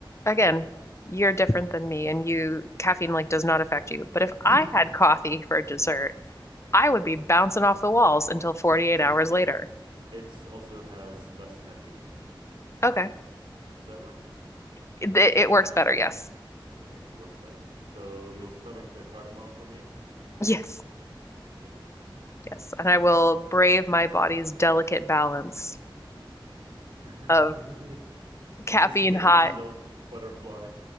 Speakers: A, on the left; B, on the right.
A: again, you're different than me and you caffeine like does not affect you. But if
B: <laughs>
A: I had coffee for dessert, I would be bouncing off the walls until 48 hours later.
B: it also has less caffeine in it.
A: Okay.
B: Does that work?
A: It, it works better, yes.
B: Okay, it works better. So you'll stomach the cardamom for me.
A: Yes.
B: Good.
A: Yes. And I will brave my body's delicate balance
B: <laughs>
A: of caffeine
B: this dainty
A: high.
B: little butterfly,